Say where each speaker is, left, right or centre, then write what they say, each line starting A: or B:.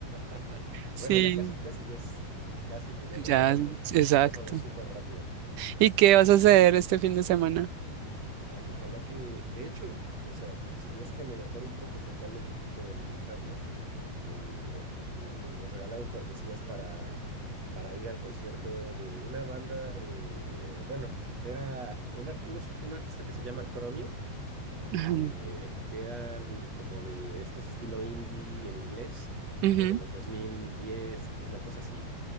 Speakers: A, on the right; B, on the right.
A: <laughs>
B: sí,
A: Bueno, ya casi, casi, ya es casi final de
B: ya,
A: mayo
B: exacto.
A: y se ha pasado súper rápido.
B: ¿Y qué vas a hacer este fin de semana?
A: Ay, ojalá que, de hecho, o sea, si ves que me mejoro un poco porque ando un poquito enfermo, eh, me- nos regalaron cortesías para, para ir al concierto de una banda de, bueno, era un, art- unos- un artista que se llama Chromio,
B: Ajá.
A: eh, que eran como de estos estilo indie en inglés,
B: Ujú.
A: como de los 2010 una cosa así.